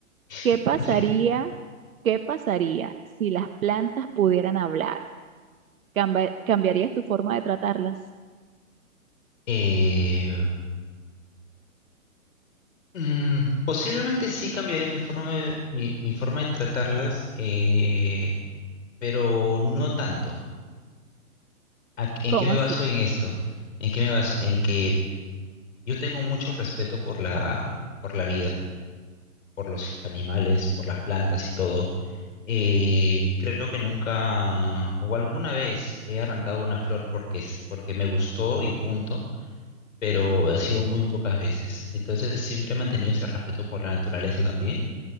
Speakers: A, on the right; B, on the left.
A: ¿Qué
B: <laughs>
A: pasaría, qué pasaría si las plantas pudieran hablar? ¿Camba- ¿Cambiarías tu forma de tratarlas?
B: Eh, Mm, posiblemente sí cambiaré mi forma de, mi, mi forma de tratarlas, eh, pero no tanto. ¿A- ¿En
A: ¿Cómo
B: qué me
A: así?
B: baso en esto? ¿En qué me baso? En que yo tengo mucho respeto por la, por la vida, por los animales, por las plantas y todo. Eh, creo que nunca o alguna vez he arrancado una flor porque, s- porque me gustó y punto, pero ha sido muy pocas veces. Entonces siempre he mantenido ese respeto por la naturaleza también